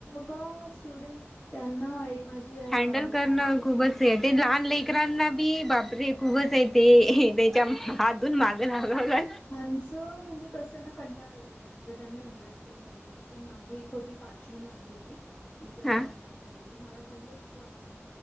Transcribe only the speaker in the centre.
हँडल करणं खूपच ते लहान लेकरांना बी बापरे खूपच आहे ते त्याच्या हातून मागं लागवला.
हा